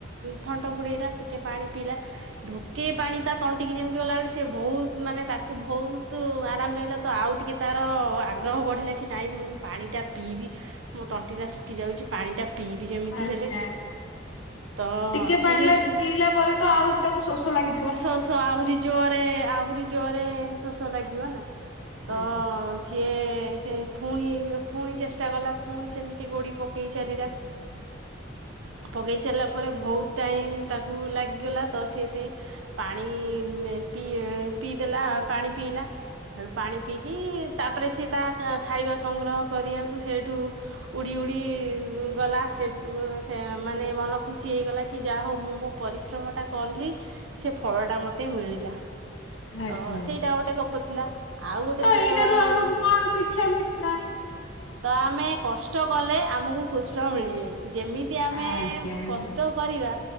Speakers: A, on the right (about 80°); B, on the left (about 85°).
A: ଥଣ୍ଟ ବୁଡ଼େଇଲା ଟିକିଏ ପାଣି ପିଇଲା। ଢୋକେଇ ପାଣି ତା ତଣ୍ଟିକି ଯେମିତି ଗଲାବେଳେ ସେ ବହୁତ ମାନେ ତାକୁ ବହୁତ ଆରାମ ଲାଗିଲା ତ ଆଉ ଟିକେ ତାର ଆଗ୍ରହ ବଢ଼ିଲା କି ନାଇଁ ମୁଁ ପାଣିଟା ପିଇବି। ମୋ ତଣ୍ଟି ଟା ଶୁଖି ଯାଉଛି ପାଣିଟା ପିଇବି ଯେମିତି
B: ଆଜ୍ଞା
A: ହେଲେ,
B: ଆଜ୍ଞା।
A: ତ
B: ଟିକେ ପାଣିଲା
A: ସିଏ ସେ
B: ପିଇଲା ପରେ ତ ଆଉ ତାକୁ ଶୋଷ ଲାଗେ,
A: ଶ ଶ ଆହୁରି ଜୋରେ ଆହୁରି ଜୋରେ ଶୋଷ ଲାଗିବ ନା ତ
B: ଆଜ୍ଞା
A: ଯିଏ ସେ ଫୁଣି ଫୁଣି ଚେଷ୍ଟା କଲା ଫୁଣି ସେମିତି ଗୋଡ଼ି ପକେଇ ଚାଲିଲା
B: ହଁ
A: ପକେଇ ଚାଲିଲା ପରେ ବହୁତ ଟାଇମ ତାକୁ ଲାଗିଗଲା ତ ସିଏ ସେ ପାଣି ପି ପିଇଦେଲା ପାଣି ପିଇଲା, ସେଠୁ ପାଣି ପିଇକି ତାପରେ ସି ତା ଖାଇବା ସଂଗ୍ରହ କରିବାକୁ ସେଇଠୁ ଉଡ଼ି ଉଡ଼ି ଗଲା ସେଇଟୁ ସେ ମାନେ ମନ ଖୁସି ହେଇଗଲା କି ଯାହା ହଉ ମୁଁ ମୋ ପରିଶ୍ରମ ଟା କଲି ସେ ଫଳଟା ମୋତେ ମିଳିଲା
B: ଆଜ୍ଞା।
A: ତ ସେଇଟା ଗୋଟେ ଗପ ଥିଲା। ଆଉ ଗୋଟେ
B: ତ
A: ଛୋଟବେଳ
B: ଏଇଟାରୁ ଆମକୁ
A: ର
B: କଣ ଶିକ୍ଷା ମିଳିଲା?
A: ତ ଆମେ କଷ୍ଟ କଲେ ଆମକୁ କୃଷ୍ଣ ମିଳିବେ ଯେମିତି ଦି ଆମେ
B: ଆଜ୍ଞା ଆଜ୍ଞା
A: କଷ୍ଟ କରିବା